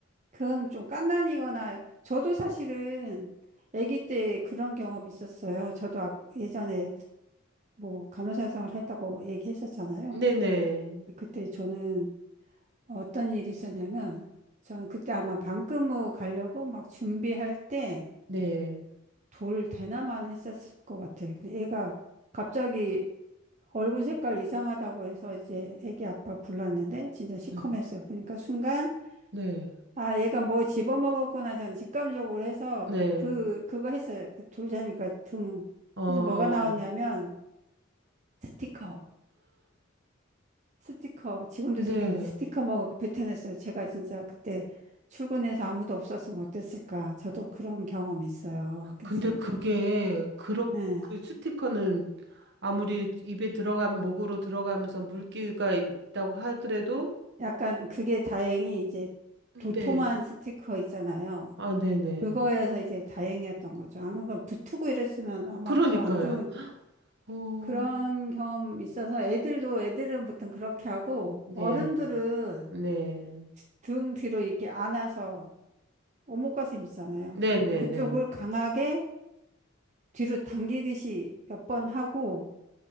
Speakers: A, on the right (about 35°); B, on the right (about 60°).
A: 그건 좀 갓난이거나 저도 사실은 아기 때 그런 경험이 있었어요. 저도 아- 예전에 뭐 간호사 생활 했다고 얘기했었잖아요.
B: 네네,
A: 그때 저는 어떤 일이 있었냐면 저는 그때 아마 방금무 가려고 막 준비할 때
B: 네,
A: 돌 대나만 했었을 것 같아요. 근데 애가 갑자기 얼굴 색깔 이상하다고 해서 이제 애기 아빠 불렀는데 진짜 시커맸어요.
B: 네,
A: 보니까 순간
B: 네,
A: 아 얘가 뭐 집어먹었구나 저는 직감적으로 해서
B: 네,
A: 그 그거 했어요. 그 돌자니까 등.
B: 어,
A: 그래서 뭐가 나왔냐면
B: 음,
A: 스티커. 스티커. 지금도
B: 네.
A: 생각나. 스티커 먹고 뱉어냈어요. 제가 진짜 그때 출근해서 아무도 없었으면 어땠을까. 저도 그런 경험 있어요. 그래서
B: 근데 그게, 그렇,
A: 예.
B: 그 스티커는 아무리 입에 들어가면, 목으로 들어가면서 물기가 있다고 하더라도,
A: 약간 그게 다행히 이제
B: 네.
A: 도톰한 스티커 있잖아요.
B: 아, 네네.
A: 그거여서 이제 다행이었던 거죠. 아마 그 붙고 이랬으면 아마
B: 그러니까요.
A: 더 안 좋은
B: 어,
A: 그런 경험 있어서 애들도 애들은 보통 그렇게 하고
B: 네,
A: 어른들은
B: 네,
A: 등 뒤로 이렇게 안아서 오목가슴 있잖아요.
B: 네네네.
A: 그쪽을 강하게 뒤로 당기듯이 몇 번 하고